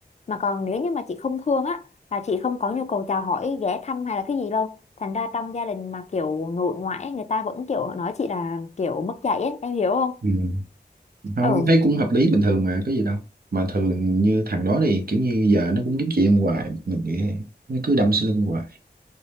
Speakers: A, on the left; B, on the right.
A: Mà còn nếu như mà chị không thương á là chị không có nhu cầu chào hỏi, ghé thăm hay là cái gì đâu. Thành ra trong gia đình mà kiểu nội ngoại ấy, người ta vẫn kiểu nói chị là kiểu mất dạy ấy, em hiểu không?
B: Ừ. không
A: Ừ,
B: thấy cũng hợp lý bình thường mà có gì đâu mà thường như thằng đó thì kiểu như giờ nó cũng kiếm chuyện hoài mình nghĩ vậy. nó cứ đâm sau lưng hoài